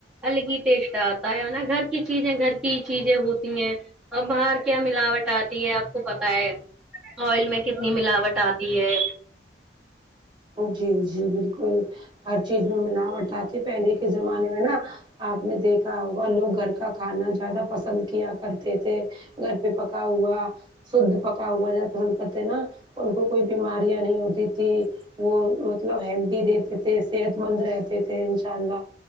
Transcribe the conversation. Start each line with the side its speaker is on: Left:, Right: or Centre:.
Centre: الگ ہی ٹیسٹ آتا ہے نا گھر کی چیزیں گھر کی ہی چیزیں ہوتی ہیں اب باہر کیا ملاوٹ آتی ہے آپ کو پتا ہے آئل میں کتنی ملاوٹ آتی ہے
Right: جی جی بالکل ہر چیز میں ملاوٹ آتی پہلے کے زمانے میں نا آپ نے دیکھا ہوگا لوگ گھر کا کھانا زیادہ پسند کیا کرتے تھے گھر پہ پکا ہوا شھد پکا ہوا زیادہ پسند کرتے نا ان کو کوئی بیماریاں نہیں ہوتی تھیں وہ مطلب ہیلدی رہتے تھے صحت مند رہتے تھے انشاء اللہ